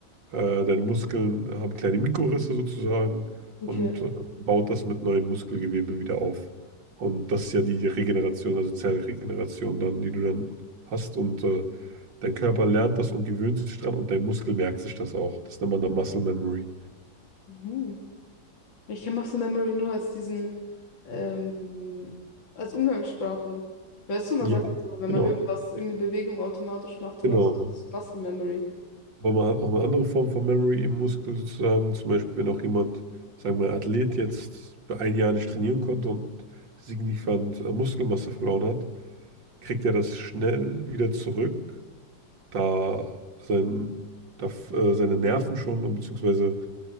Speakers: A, on the right (about 70°); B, on the left (about 90°).
A: Äh, deine Muskeln haben kleine Mikrorisse sozusagen
B: Okay.
A: und äh, baut das mit neuem Muskelgewebe wieder auf. Und das ist ja die Regeneration, also Zellregeneration dann, die du dann hast. Und äh, dein Körper lernt das und gewöhnt sich dran und dein Muskel merkt sich das auch. Das nennt man dann Muscle Memory.
B: Mhm. Ich kenne Muscle Memory nur als diesen, ähm, als Umgangssprache. Weißt du, man
A: Ja,
B: sagt ja so, wenn
A: genau.
B: man irgendwas, irgendeine Bewegung automatisch macht
A: Genau.
B: oder so, das ist Muscle Memory.
A: Aber man hat auch eine andere Form von Memory im Muskel sozusagen. Zum Beispiel, wenn auch jemand, sagen wir, Athlet jetzt für ein Jahr nicht trainieren konnte und signifikant äh, Muskelmasse verloren hat, kriegt er das schnell wieder zurück, da sein, da, f- äh, seine Nerven schon, und beziehungsweise